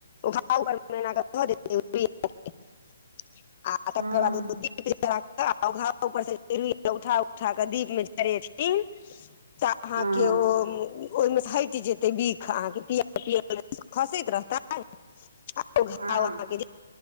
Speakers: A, on the left; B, on the right.
A: घाव ऊपर मे एहना क ध दऽ देतै उ रुइया। आ तकर
B: हँ
A: बाद उ दीप जला के आ उ घाव उपर से उठा उठा के दीप मे जरेने छथिन। अहाँके
B: हँ
A: ओ ओहिमे हटि जेतै बिख अहाँके दिआ मे खसैत रहता ाव
B: हँ
A: अह ध